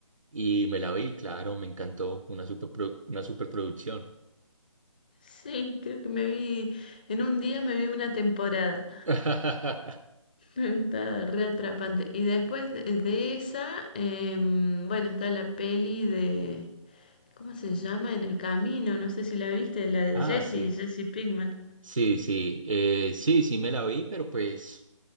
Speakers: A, on the right; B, on the left.
A: Y me la vi, claro, me encantó. Una super una superproducción.
B: Sí, creo que me vi, en un día me vi una temporada.
A: <laughs>
B: <laughs> Está re atrapante. Y después de, de esa, em, bueno, está la peli de, ¿cómo se llama? En el camino, no sé si la viste, la de
A: Ah,
B: Jesse,
A: sí.
B: Jesse Pinkman.
A: Sí, sí, eh, sí, sí me la vi, pero pues